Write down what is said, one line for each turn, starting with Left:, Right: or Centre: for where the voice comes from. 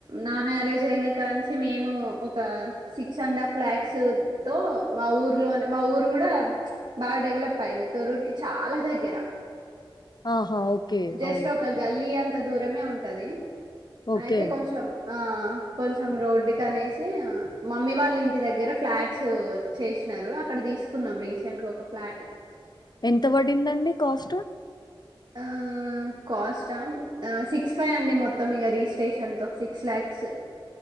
Right: నా మ్యారేజ్ అయినా కానుంచి మేము ఒక సిక్స్ అండ్ హఫ్ స్లాక్స్ తో మా ఊర్లోని మా ఊరు కూడా బాగా డెవలప్ అయింది తొర్రూర్ కి చాలా దగ్గర
Left: ఆహా! ఓకే.
Right: జస్ట్
Left: అవును.
Right: ఒక గాలి అంత కొంత దూరమే ఉంటది
Left: ఓకే.
Right: అయితే కొంచెం ఆ కొంచెం రోడ్డు కనేసి మమ్మీ వాళ్ళ ఇంటి దగ్గర ఫ్లాట్స్ చేసి అక్కడ తీసుకున్నాం రీసెంట్ గా ఒక ఫ్లాట్
Left: ఎంత పడిందండి కాస్ట్
Right: ఆ క్యాస్ట్ సిక్స్ ఫైవ్ అండి మొత్తం ఇక రిజిస్ట్రేషన్ తో సిక్స్ ల్యాక్స్